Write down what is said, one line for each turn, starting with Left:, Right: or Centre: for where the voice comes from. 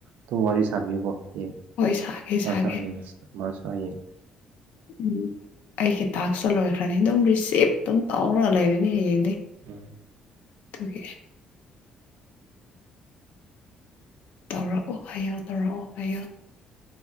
Right: ꯇꯣ ꯋꯥꯔꯤ ꯋꯥꯔꯤ ꯁ ꯀꯣ ꯍꯥꯏꯌꯦ
Left: ꯍꯣꯏ ꯁꯥꯒꯦ
Right: ꯃꯥꯁꯨ
Left: ꯁꯥꯒꯦ
Right: ꯍꯥꯏ ꯃꯥꯁꯨ ꯍꯥꯏꯌꯦ
Left: ꯎꯝ ꯑꯩꯒꯤ ꯊꯥꯛꯁꯨ ꯂꯣꯏꯈ꯭ꯔꯅꯤ ꯑꯗꯨꯝ ꯔꯤꯁꯤꯞ ꯑꯗꯨꯝ ꯇꯧꯔꯒ ꯂꯩꯔꯅꯤ ꯍꯌꯦꯡꯗꯤ
Right: ꯎꯝ
Left: ꯇꯀꯦ ꯇꯧꯔꯛꯑꯣ ꯍꯥꯏꯌꯨ ꯇꯧꯔꯛꯑꯣ ꯍꯥꯏꯌꯣ